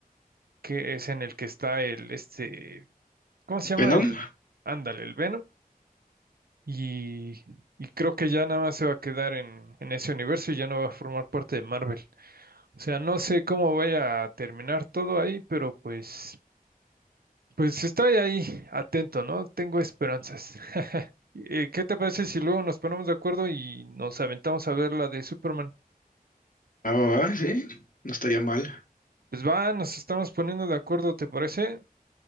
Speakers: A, on the right; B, on the left.
A: que es en el que está el, este, ¿cómo se llama?
B: Venom,
A: El, ándale, el Venom, y, y creo que ya nada más se va a quedar en, en ese universo y ya no va a formar parte de Marvel. O sea, no sé cómo vaya a terminar todo ahí, pero pues Pues estoy ahí atento, ¿no? Tengo esperanzas. <laughs> Eh, ¿qué te parece si luego nos ponemos de acuerdo y nos aventamos a ver la de Superman?
B: ah, va, va, sí, no estaría mal.
A: Pues va, nos estamos poniendo de acuerdo, ¿te parece?